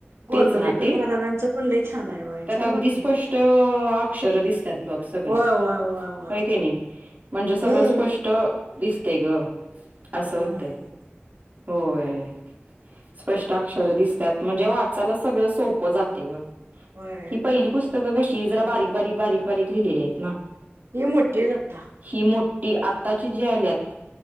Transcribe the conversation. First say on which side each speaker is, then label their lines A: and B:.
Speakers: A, on the right; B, on the right.
A: गोंदवलेकर
B: तेच नाते
A: महाराजांचं पण लय छान आहे होय
B: त्यात
A: छान
B: अगदी
A: वाटते
B: स्पष्ट अक्षर दिसतात. बघ सगळी
A: होय होय होय होय
B: हाय
A: होय
B: की नाही. म्हणजे सगळं
A: हम्म
B: स्पष्ट दिसते ग. असं
A: हम्म
B: होतंय- होय स्पष्टाक्षर दिसतात म्हणजे वाचायला सगळं सोपं जाते ग-
A: होय
B: ही पहिली पुस्तकं कशी जरा बारीक बारीक बारीक बारीक लिहिलेली आहेत ना.
A: ही मोठ्ठी जाता-
B: ही मोठी आताची जी आल्यात